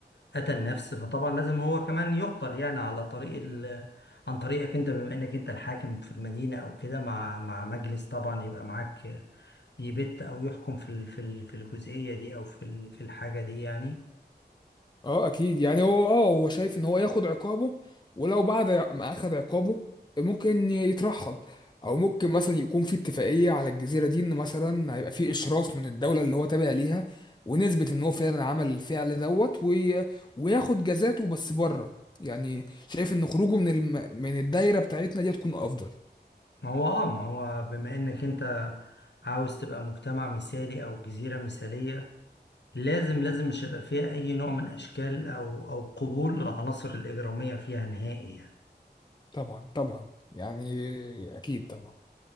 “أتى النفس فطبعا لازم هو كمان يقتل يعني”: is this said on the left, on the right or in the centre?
Left